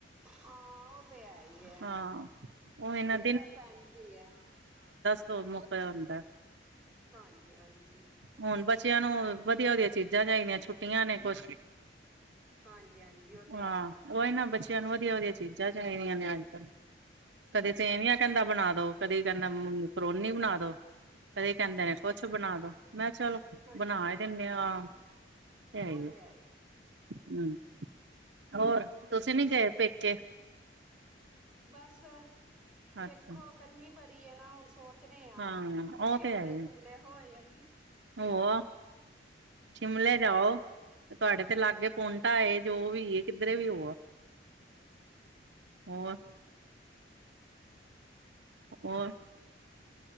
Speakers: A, in the centre; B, on the right.
A: ਹਾਂ ਉਹ ਤੇ ਹੈ ਹੀ ਹੈ
B: ਹਾਂ ਉਹੀ ਨਾ
A: ਬਸ ਇਝ ਹੈ
B: ਸ ਮੁਕੇੇ ਹੁੰਦਾ
A: ਹਾਂਜੀ ਹਾਂਜੀ
B: ਹੁਣ ਬੱਚਿਆਂ ਨੂੰ ਵਧੀਆ ਵਧੀਆ ਚੀਜ਼ਾਂ ਚਾਹੀਦੀਆਂ ਛੁੱਟੀਆਂ ਨੇ ਕੁਛ
A: ਹਾਂਜੀ ਹਾਂਜੀ ਉਹ ਤੇ
B: ਹਾਂ
A: ਹੈ ਹੈ।
B: ਹੀ ਨਾ ਬੱਚ ਬੱਚਿਆਂ ਨੂੰ ਵਧੀਆ ਵਧੀਆ ਚੀਜ਼ਾਂ ਚਾਹੀਦੀਆਂ ਨੇ ਅੱਜ ਕੱਲ ਕਦੇ ਸੇਵੀਆਂ ਕਹਿੰਦਾ ਬਣਾ ਦੋ ਕਦੇ ਕਹਿੰਦਾ ਕਰੋਨੀ ਬਣਾ ਦੋ ਕਦੇ
A: ਹਮ
B: ਕਹਿੰਦੇ ਨੇ ਕੁਛ ਬਣਾ ਦੋ ਮੈਂ ਕਿਹਾ ਚਲ
A: ਹਾਂਜੀ
B: ਬਣਾ
A: ਹਾਂਜੀ
B: ਹੀ ਦਿੰੇ ਆ ਹਾਂ ਹੈ
A: ਉਹ
B: ਹੀ
A: ਤੇ
B: ਆ
A: ਹੈ।
B: ਹਮ ਹੋਰ ਤੁਸੀਂ ਨੀ ਗਏ
A: ਬਸ
B: ਪੇਕੇ
A: ਬਸ ਵੇਖੋ
B: ਅੱਛਾ
A: ਗਰਮੀ ਬੜ ਏ ਨਾ ਹੁਣ ਸੋਚ ਦੇ ਆ
B: ਹਾਂ ਉਹ
A: ਸ਼ਿਮਲੇ
B: ਤੇ ਹੈ ਹੀ ਆ।
A: ਸ਼ਿਮਲੇ ਹੋ ਆਈਏ।
B: ਹੋ ਸ਼ਿਮਲੇ ਜਾਓ ਤੇ ਤੁਹਾਡੇ ਤੇ ਲਾਗੇ ਪੌਟਾ ਏ ਜੋ ਵੀ ਕਿੱਧਰੇ ਵੀ ਹੋ ਆ ਹੋਰ ਹੋਰ।